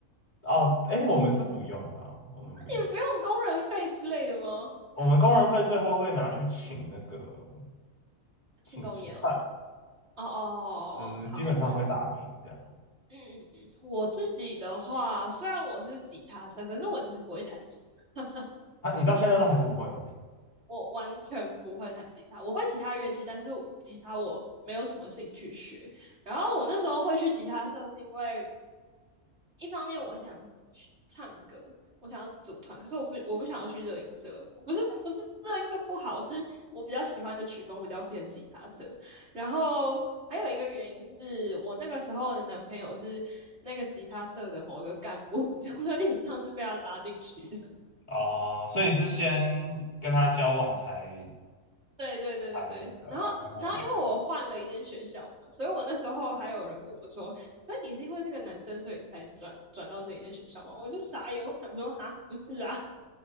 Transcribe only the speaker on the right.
们不用工人费之类的吗？
庆功宴哦。
哦哦哦哦，
哦哦好，
嗯嗯嗯，嗯我自己的话，虽然我是吉他社，可是我其实不会弹吉他。
我完全不会弹吉他，我会其他乐器，但是我吉他我没有什么兴趣学。然后我那时候会去吉他社，是因为一方面我想去唱歌，我想要组团，可是我不我不想要去热音社，我不是不是热音社不好，是我比较喜欢的曲风比较偏吉他社。然后还有一个原因是我那个时候的男朋友是那个吉他社的某一个干部，<laughs> 我有点像是被他拉进去的。
对对对对对，
然后然后因为我换了一间学校嘛，
所以我那时候还有人问我说：“所以你是因为这个男生，所以你才转转到这一间学校吗？”我就傻眼，我想说：“哈，不是啊，